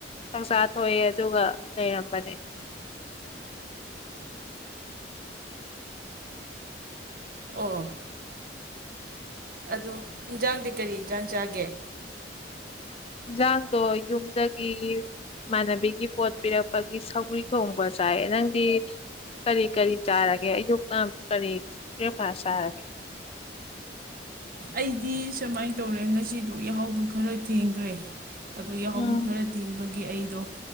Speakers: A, on the left; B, on the right.
A: ꯆꯥꯛ ꯆꯥꯊꯣꯛꯑꯦ ꯑꯗꯨꯒ ꯂꯩꯔꯝꯕꯅꯦ
B: ꯑꯣ ꯑꯗꯣ ꯏꯟꯖꯥꯡꯗꯤ ꯀꯔꯤ ꯏꯟꯖꯥꯡ ꯆꯥꯒꯦ
A: ꯏꯟꯖꯥꯡꯗꯣ ꯌꯨꯝꯗꯒꯤ ꯏꯃꯥꯟꯅꯕꯤꯒꯤ ꯄꯣꯠ ꯄꯤꯔꯛꯄꯒꯤ ꯁꯧꯒ꯭ꯔꯤ ꯊꯣꯡꯕ ꯆꯥꯢꯌꯦ ꯅꯪꯗꯤ ꯀꯔꯤ ꯀꯔꯤ ꯆꯥꯔꯒꯦ ꯑꯌꯨꯛꯅ ꯀꯔꯤ ꯕ꯭ꯔꯦꯛꯐꯥꯁ ꯆꯥꯔꯒꯦ
B: ꯑꯩꯗꯤ ꯁꯨꯝꯃꯥꯢ ꯇꯧꯔꯦ ꯉꯁꯤꯗꯤ ꯌꯥꯍꯧꯗꯨ ꯈꯔ ꯊꯦꯡꯈ꯭ꯔꯦ ꯑꯗꯣ ꯌꯥꯍꯧꯗꯣ
A: ꯎꯝ
B: ꯈꯔ ꯊꯦꯡꯕꯒꯤ ꯑꯩ ꯑꯗꯣ